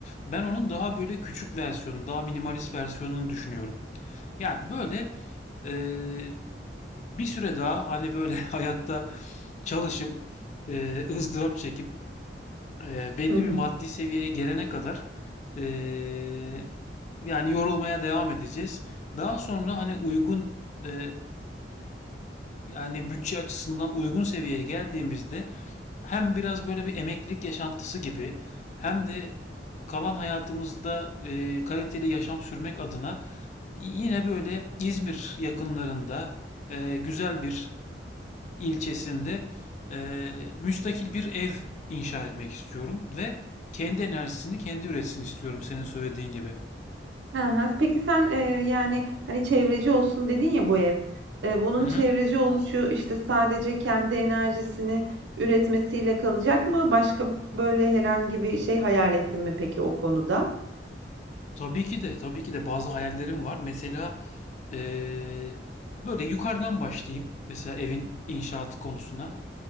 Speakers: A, on the left; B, on the right.
A: Ben onun daha böyle küçük versiyonu, daha minimalist versiyonunu düşünüyorum. Yani böyle eee, bir süre daha hani böyle <laughs> hayatta çalışıp eee ızdırap çekip eee, belli
B: Hı hı.
A: bir maddi seviyeye gelene kadar eee, yani yorulmaya devam edeceğiz. Daha sonra hani uygun e, Yani bütçe açısından uygun seviyeye geldiğimizde hem biraz böyle bir emeklilik yaşantısı gibi hem de kalan hayatımızda e, kaliteli yaşam sürmek adına yine böyle İzmir yakınlarında e, güzel bir ilçesinde e, müstakil bir ev inşa etmek istiyorum ve kendi enerjisini kendi üretsin istiyorum senin söylediğin gibi.
B: Hı hı. Peki sen, eee, yani, hani, çevreci olsun dedin ya bu ev. Eee, bunun
A: Hı hı.
B: çevreci oluşu, işte, sadece kendi enerjisini üretmesiyle kalacak mı? Başka böyle herhangi bir şey hayal ettin mi peki o konuda?
A: Tabii ki de tabii ki de bazı hayallerim var. Mesela Eee, böyle yukarıdan başlayayım. Mesela evin inşaatı konusuna.